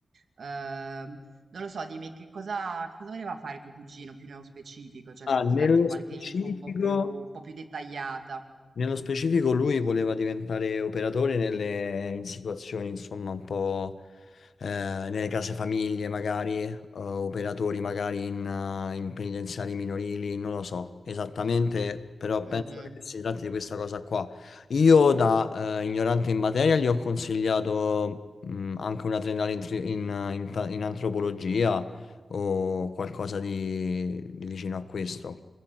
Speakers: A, on the right (about 65°); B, on the left (about 85°).
A: Ehm, non lo so, dimmi che cosa, che cosa voleva fare tuo cugino più nello specifico, cioè
B: Ah,
A: se posso
B: nello
A: darti qualche
B: specifico...
A: info un po' più, un po' più dettagliata.
B: Nello specifico lui voleva diventare operatore nelle, in situazioni, insomma, un po' eh, nelle case famiglie, magari, eh, operatori magari in, eh, in penitenziari minorili, non lo so esattamente, però
A: Mhm.
B: penso che si tratti di questa cosa qua. Io da eh, ignorante in materia gli ho consigliato mh, anche una triennale in, tri- in, eh, in ta- in antropologia o qualcosa di di vicino a questo,